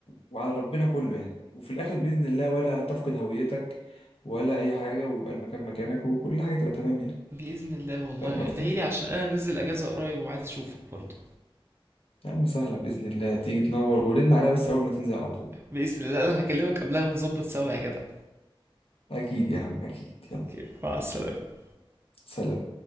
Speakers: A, on the left (about 85°); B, on the right (about 25°).
A: وعلى ربنا كله يعني وفي الاخر باذن الله ولا تفقد هويتك ولا اي حاجة ويبقى المكان مكانك وكل حاجة تبقى تمام
B: <laughs>
A: يعني
B: باذن الله والله
A: فاهم قصدي
B: ادعي لي عشان انا نزل اجازه قريب وعايز اشوفك برضه
A: يا عم سهلة باذن الله تيجي تنور ورن عليها بس اول ما تنزل على طول
B: باذن الله لا، انا هكلمك قبلها ونظبط سوا يا جدع
A: اكيد يا عم اكيد يلا
B: أوكي، مع السلامه
A: سلام